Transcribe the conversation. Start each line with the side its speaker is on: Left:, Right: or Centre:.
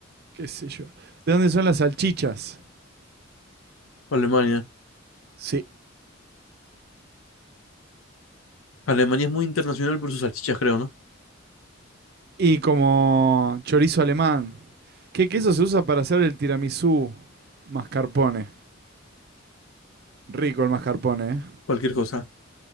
Right: ¿Qué sé yo? ¿De dónde son las salchichas?
Left: Alemania.
Right: Sí.
Left: Alemania es muy internacional por sus salchichas, creo, ¿no?
Right: Y como chorizo alemán. ¿Qué queso se usa para hacer el tiramisú? Mascarpone. Rico el mascarpone, ¿eh?
Left: Cualquier cosa.